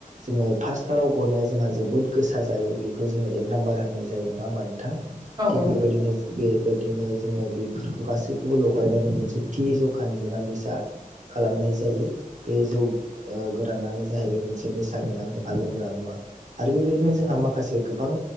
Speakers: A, on the right; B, on the right.
A: जोङो फास्स्टाराव गनाया जोंहा जोबोद गोसा जायो बेखौ जोङो एक नाम्बार होननाय जायो नङा होमबा नोंथां
B: औ
A: थिग
B: औ
A: बेबायदिनो
B: औ
A: बेबायदिनो जोङो बेफोरखौ गासैखौबो लगायनानै मोनसे थि जखानि जोंहा निसा खालामनाय जायो बे जौ ओ गोरानानो जाहैबाय मोनसे निसा गोनां जोंहा लोंग्रा मुवा आरो बेबायदिनो जोंहा माखासे गोबां